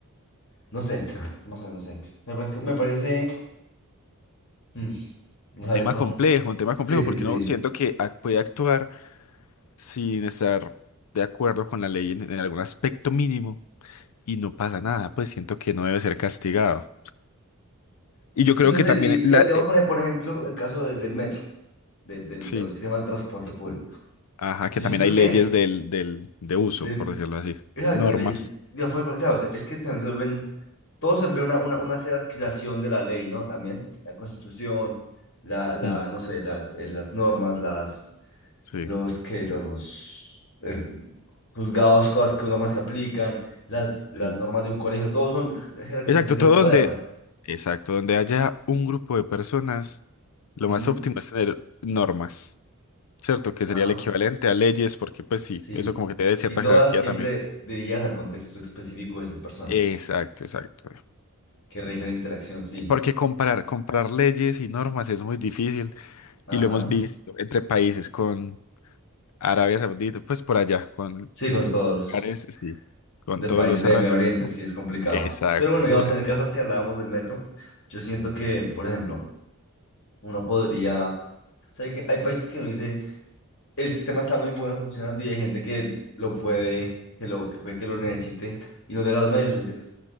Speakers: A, on the left; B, on the left.
A: no sé, no sé, no sé. Me parece, que- me parece, mm, no sabría
B: Tema
A: cómo.
B: complejo, un tema complejo
A: Sí, sí,
B: porque
A: sí.
B: uno siento que ac- puede actuar. sin estar de acuerdo con la ley en, en algún aspecto mínimo y no pasa nada, pues siento que no debe ser castigado. Y yo creo
A: Y no
B: que
A: sé,
B: también
A: di- di-
B: la,
A: digamos
B: eh,
A: por, ej- por ejemplo el caso de- del metro, de, del-
B: Sí,
A: de los sistemas de transporte público.
B: ajá, que
A: Yo
B: también
A: siento
B: hay
A: que
B: leyes del, del, de uso,
A: de-
B: por decirlo así,
A: Exacto,
B: normas.
A: hay leyes. Digo, fue- fue- claro, o sea, es que también se vuelven, todo se vuelve una, una, una jerarquización de la ley, ¿no? También la constitución, la, la,
B: Mm,
A: no sé, las, eh, las normas, las,
B: Sí,
A: los que, los eh, juzgados, cosas, que- normas que aplican, las, las
B: sí.
A: normas de un colegio, todo son jer- jerarquización
B: Exacto,
A: de
B: todo
A: poder.
B: donde, exacto, donde haya un grupo de personas, lo
A: Ujú,
B: más óptimo es tener normas, ¿cierto? Que
A: Ajá,
B: sería el equivalente a leyes, porque pues sí,
A: sí.
B: eso como que te da cierta
A: Y todas
B: jerarquía
A: siempre
B: también.
A: dirigidas al contexto específico de esas personas
B: Exacto, exacto.
A: que rige la interacción, sí.
B: Porque comparar, comparar leyes y normas es muy difícil
A: Ajá,
B: y lo hemos visto entre países con Arabia Saudita, pues por allá, con,
A: sí, con todos.
B: con lugares, sí, con
A: De
B: todos
A: países
B: los
A: de
B: árabes.
A: Medio Oriente sí es complicado.
B: Exacto,
A: Pero bueno,
B: eso
A: digamos,
B: es.
A: en el caso que hablábamos del metro, yo siento que, por ejemplo, uno podría... O sea, hay, que- hay países que uno dice, el sistema está muy bueno funcionando y hay gente que lo puede, que lo, que puede que lo necesite y no tenga los medios. Uno dice, pues,